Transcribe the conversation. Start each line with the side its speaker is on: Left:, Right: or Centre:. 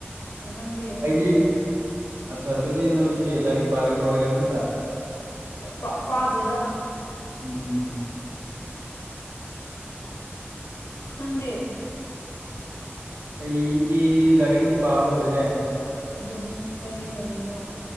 Left: ꯑꯗꯣ ꯅꯪꯗꯤ
Right: ꯑꯩꯗꯤ ꯑꯠꯁꯥ ꯑꯗꯨꯗꯤ ꯅꯣꯏꯁꯦ ꯂꯥꯏꯔꯤꯛ ꯄꯥꯔꯤꯕ ꯑꯣꯏꯔꯦ ꯑꯃꯨꯛꯀ
Left: ꯄꯥ ꯄꯥꯗꯦꯗ
Right: ꯎꯝ
Left: ꯅꯪꯗꯤ
Right: ꯑꯩꯗꯤ ꯂꯥꯏꯔꯤꯛꯇꯤ ꯄꯥꯕ ꯂꯣꯏꯔꯦ
Left: ꯑꯗꯣ ꯀꯩ ꯀꯩ ꯇꯧꯔꯤꯅꯣ